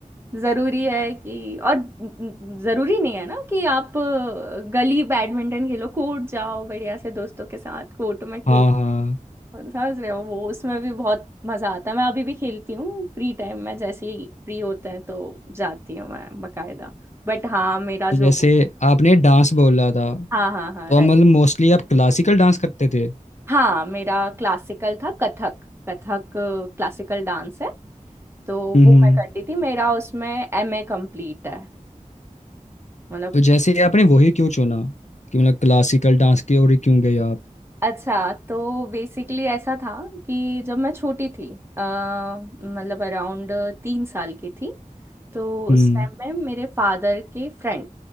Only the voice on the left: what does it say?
हाँ हाँ
तो जैसे आपने डांस बोला था
तो हम
मतलब मोस्टली आप क्लासिकल डांस करते थे
हम्म
तो जैसे ही आपने वही क्यों चुना कि मतलब क्लासिकल डांस की ओर ही क्यों गए आप
हम्म